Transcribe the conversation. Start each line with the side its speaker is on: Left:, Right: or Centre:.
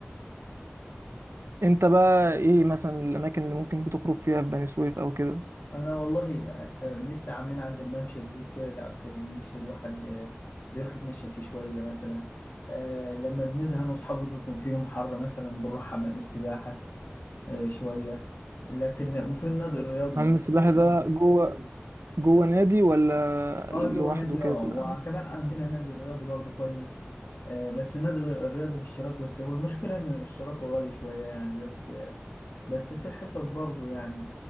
Right: انت بقى ايه مثلا الاماكن اللي ممكن بتخرج فيها في بني سويف او كده
Left: انا والله آه، آه، لسه عاملين عندنا ممشى جديد كده تاع الكورنيش الواحد آه، بيروح يتمشى فيه شويه مثلا آه، لما بنزهق انا واصحابي بيكون في يوم حر مثلا بنروح حمام السباحه آه، شويه لكن وفي النادي الرياضي
Right: حمام
Left: بس
Right: السباحه ده
Left: <clears throat>
Right: جوه جوه نادي ولا
Left: اه
Right: لوحده
Left: جوه نادي
Right: كده
Left: اه وكمان عندنا نادي رياضي برضه كويس آه، بس النادي الرياضي باشتراك بس هو المشكله ان اشتراكه غالي شويه يعني بس آه، بس في حصص برضه يعني